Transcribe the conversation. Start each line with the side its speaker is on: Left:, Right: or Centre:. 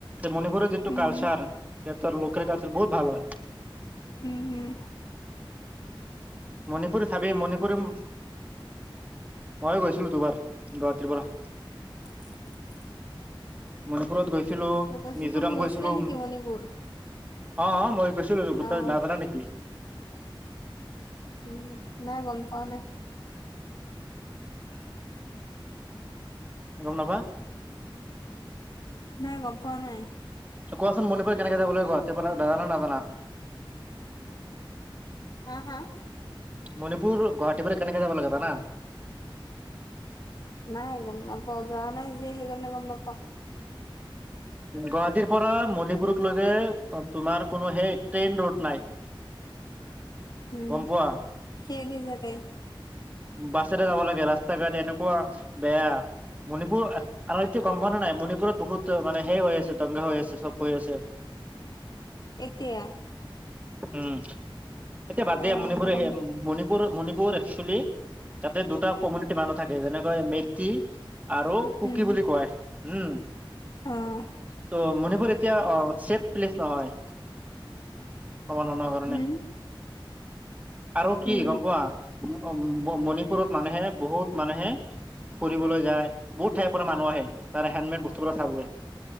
Right: মণিপুৰৰ যিটো
Left: উম
Right: কালচাৰ সিহঁতৰ লোকেল কালচাৰ বহুত ভাল হয়। <inaudible>
Left: উম হম
Right: মণিপুৰ চাবি মণিপুৰী মইয়ো গৈছিলো দুবাৰ গুৱাহাটীৰ পৰা
Left: <inaudible>
Right: মণিপুৰত গৈছিলো
Left: অ', কৈছো
Right: মিজোৰাম
Left: তুমি গৈছিলা
Right: গৈছিলো
Left: নেকি মণিপুৰ?
Right: অ মই কৈছিলো দেখোন
Left: অ',
Right: তই নাজানা নেকি
Left: উম নাই গম পোৱা নাই।
Right: গম নাপা।
Left: নাই গম। পোৱা নাই।
Right: কোৱাচোন মনি কেনেকৈ যাবলে কোৱা <unintelligible> জানা নে নাজানা
Left: হা হা।
Right: মণিপুৰ গুৱাহাটী পাৰে কেনেকে যাব লাগে জানা।
Left: নাই গম নাপাওঁ যোৱা নাই যে সেইকাৰ নে গম নাপা।
Right: গুৱাহাটীৰ পৰা মণিপুৰক লৈকে তোমাৰ কোনো সেই ট্ৰেইন ৰোড নাই।
Left: উম
Right: গম পোৱা?
Left: কেই দি যাতে
Right: বাছে এটা যাব লাগে ৰাস্তা ঘাট এনেকুৱা বেয়া মণিপুৰ। আমাৰ এতিয়া গম পোৱা নাই মণিপুৰত বহুত মানে হৈই হৈ আছে দংগা হৈ আছে চব। হৈ আছে
Left: এতিয়া
Right: উম। এতিয়া বাদ
Left: অ',
Right: দিয়া মণিপুৰৰে
Left: গম না
Right: মণিপুৰ মণি পুৰ একচ্যলি তাতে দুটা কমিউনিটি মানুহ থাকে যেনেকৈ মে কি আৰু কুকি
Left: উম, হম,
Right: বুলি কয় উম
Left: অ',
Right: ত মনিপুৰী এতিয়া অ ছেফ প্লেচ হয় অবনৰ কাৰণে।
Left: হম,
Right: আৰু কি
Left: উম।
Right: গম পোৱা মণিপুৰত মানুহে বহুত মানুহে ফুৰিবলৈ যায় বহুত ঠাই পৰা মানুহ আহে তাৰ হেণ্ডমেড বস্তুবিলাক চাবলৈ।